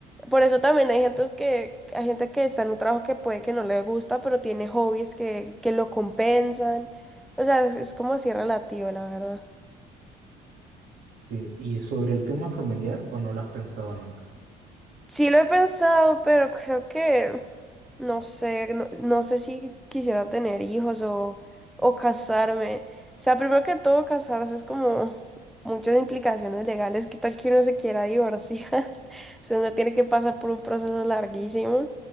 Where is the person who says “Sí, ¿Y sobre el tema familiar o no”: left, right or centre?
Right